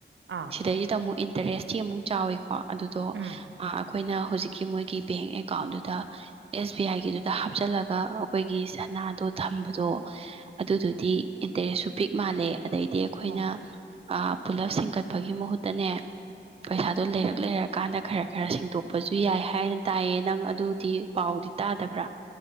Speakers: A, on the right; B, on the right.
A: ꯑꯥ
B: ꯑꯗꯩꯗꯨꯗ ꯑꯃꯨꯛ ꯏꯟꯇꯔꯦꯁꯇꯤ ꯑꯃꯨꯛ ꯆꯥꯎꯋꯤꯀꯣ ꯑꯗꯨꯗꯣ
A: ꯎꯝ
B: ꯑꯥ ꯑꯈꯣꯏꯅ ꯍꯨꯖꯤꯛꯀꯤ ꯃꯣꯏꯒꯤ ꯕꯦꯡ ꯑꯦꯀꯥꯎꯟꯗꯨꯗ ꯑꯦꯁ ꯕꯤ ꯑꯥꯏꯒꯤꯗꯨꯗ ꯍꯥꯞꯆꯜꯂꯒ ꯑꯈꯣꯏꯒꯤ ꯁꯅꯥꯗꯣ ꯊꯝꯕꯗꯣ ꯑꯗꯨꯗꯨꯗꯤ ꯏꯟꯇꯔꯦꯁꯁꯨ ꯄꯤꯛ-ꯃꯥꯜꯂꯦ ꯑꯗꯩꯗꯤ ꯑꯈꯣꯏꯅ
A: ꯑꯣ
B: ꯑꯥ ꯄꯨꯜꯂꯞ ꯁꯤꯡꯀꯠꯄꯒꯤ ꯃꯍꯨꯠꯇꯅꯦ ꯄꯩꯁꯥꯗꯣ ꯂꯩꯔꯛ ꯂꯩꯔꯛꯀꯥꯟꯗ ꯈꯔ ꯈꯔ ꯁꯤꯡꯗꯣꯛꯄꯁꯨ ꯌꯥꯏ ꯍꯥꯏꯅ ꯇꯥꯏꯌꯦ ꯅꯪ ꯑꯗꯨꯗꯤ ꯄꯥꯎꯗꯤ ꯇꯥꯗꯕ꯭ꯔꯥ